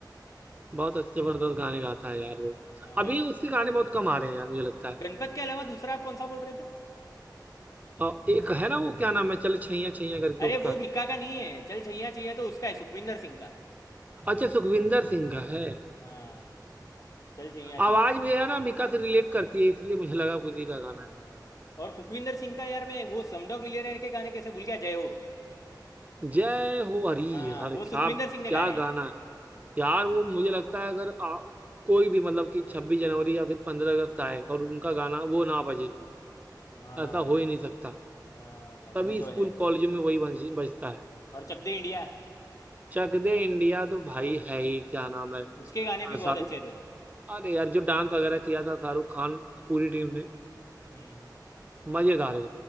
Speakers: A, on the right; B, on the left.
A: बहुत अच्छे जबरदस्त गाने गाता है यार वो
B: हाँ गण
A: अभी उसके गाने बहुत कम आ रहे हैं यार
B: हाँ
A: मुझे लगता है
B: गणपत के अलावा दूसरा आप कौन सा बोल रहे थे
A: और एक है ना वो क्या नाम है चल छैया छैया करके
B: अरे
A: उसका
B: वो मिक्का का नहीं है चल छैया छैया तो उसका है सुखविंदर सिंह का
A: अच्छा सुखविंदर सिंह का है
B: हाँ चल छैया छैया
A: आवाज भी है ना मीका से रिलेट करती है इसलिए मुझे लगा कुछ ही का
B: हाँ
A: गाना
B: हाँ
A: है
B: हाँ। और सुखविंदर सिंह का यार मैं वो समडॉग मिलियनेयर के गाने कैसे भूल गया जय हो
A: जय हो हरी
B: हाँ
A: हर
B: वो सुखविंदर
A: क्या
B: सिंह ने
A: क्या
B: गाया है
A: गाना है। यार वो मुझे लगता है अगर आ, कोई भी मतलब कि छब्बीस जनवरी या फिर पंद्रह अगस्त आए और उनका गाना वो ना बजे
B: हाँ
A: ऐसा
B: भाई
A: हो ही नहीं सकता
B: हाँ भाई
A: सभी
B: वो
A: स्कूल
B: तो है
A: कॉलेजों में वही बज, बजता है
B: और चक दे इंडिया
A: चक दे इंडिया तो भाई है ही क्या नाम है
B: उसके गाने
A: आ,
B: भी बहुत
A: शाहरुख
B: अच्छे थे
A: अरे यार जो डांस वगैरह किया था शाहरुख खान की पूरी टीम ने
B: हम्म हम्म।
A: मजेदार है